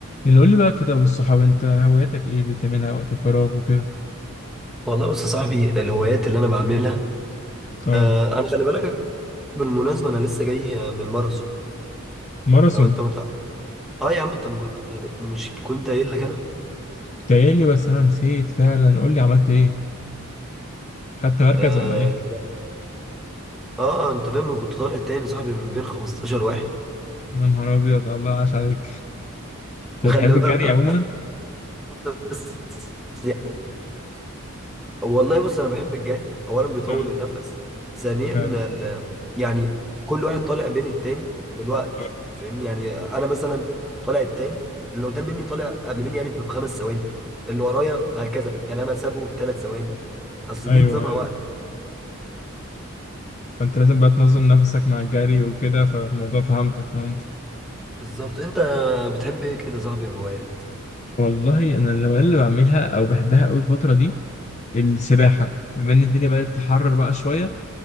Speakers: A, on the left (about 30°); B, in the centre.
A: اللي قول لي بقى كده والصحاب انت هواياتك ايه اللي بتعملها وقت الفراغ وكده
B: والله بص يا صاحبي الهوايات اللي انا بعملها
A: اه
B: آه انا خلي بالك بالمناسبه انا لسه جاي آه، من الماراثون
A: ماراثون
B: لو انت متع... اه يا عم انت مج... مش كنت قايل لك انا
A: كنت قايل لي بس انا نسيت فعلا قول لي عملت ايه خدت مركز
B: آه,
A: ولا ايه
B: كان- اه انت فاهم كنت طالع التاني يا صاحبي من بين 15 واحد
A: يا نهار ابيض الله عاش عليك انت
B: وخلي
A: بتحب الجري
B: بالك
A: عموما
B: بس يعني والله بص انا بحب الجري اولا بيطول
A: اه
B: النفس ثانيا
A: فعلا
B: ال... يعني كل واحد طالع بين التاني بالوقت
A: اه،
B: فاهمني يعني انا مثلا طالع التاني اللي قدام مني طالع قبل مني يعني بخمس ثواني اللي ورايا هكذا يعني انا سابقه بثلاث ثواني اصل
A: ايوه
B: دي نظامها
A: ايوه
B: وقت
A: فانت لازم بقى تنظم نفسك مع الجري وكده فالموضوع فهمتك فهمت
B: بالظبط انت بتحب ايه كده يا صاحبي هوايات
A: والله انا الهوايات اللي بعملها او بحبها قوي الفتره دي السباحه بما ان الدنيا بدات تحرر بقى شويه